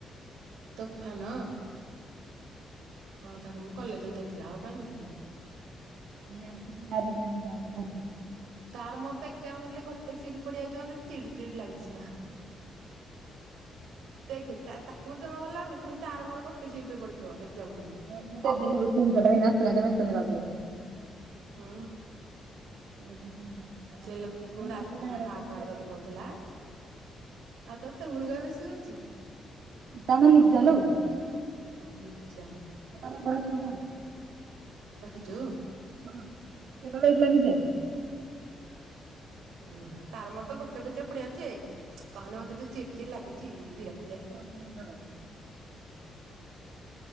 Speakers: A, on the right; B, on the right.
A: ତୋଫାନ, ହଁ ତାକୁ ମୁଁ କଲେଜରେ ଦେଖି <unintelligible> ଆଉ କାଇଁ ଦେଖିନି ତାକୁ
B: ଦିନେ, ଆସିଥିଲେ ଆମ ଗାଁ କୁ
A: ତାର, ମୋର ତ ଏକଜାମ୍ ହେଲେ ଗୋଟେ ସିଡି ପଡିଆ ଯାଉଚି, ମତେ ଚିଡି ଚିଡି ଲାଗୁଚି ଦେଖେ ତାକୁ ମତେ ଜମା ଭଲ ଲାଗନି ପୁଣି ତାର ମୋର ଗୋଟେ ସିଟ ରେ ପଡିଥିବ ଏକ୍ଜାମ ହଲରେ।
B: <unintelligible>
A: ହୁଁ।
B: <unintelligible>
A: ସେ
B: ସେଥିପାଇଁ
A: ଲତିକୁ ରାଧା ନା
B: <unintelligible>
A: କାହାକୁ କାହାର ତତେ କହୁଥିଲା। ଆଉ ତୋତେ ପୁଣି କାଇଁ ମେସେଜ କରୁଛି
B: ତମ ଲିଜା ଲୋ।
A: ହଁ ଲିଜା।
B: ହଁ ତାହେଲେ <unintelligible>
A: ରଖିଛୁ?
B: ହଁ ସେ ତ କହିଥିଲା ନିଜେ।
A: ହ ଉୁଁ- ହୁ ତାର ମୋର ତ ଗୋଟେ ବେଞ୍ଚରେ ପଡିଯାଉଛି ଯେ, କହନି ମତେ ଯୋଉ ଚିଡ ଚିଡି ଲାଗୁଚି। ବିର
B: ବାଇକ ନମ୍ବର ନମ୍ବର
A: <inaudible>